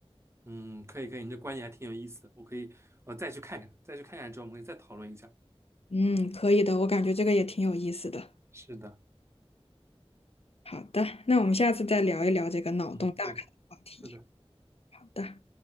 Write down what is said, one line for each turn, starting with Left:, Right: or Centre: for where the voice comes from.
Right: 嗯，可以可以，你这观点还挺有意思的，我可以我再去看看，再去看看之后我们可以再讨论一下。
Left: 嗯，可以的，我感觉这个也挺有意思的。
Right: 是的，
Left: 好的，那我们下次再聊一聊这个脑洞大开的话题。
Right: 嗯，对，是的。
Left: 好的。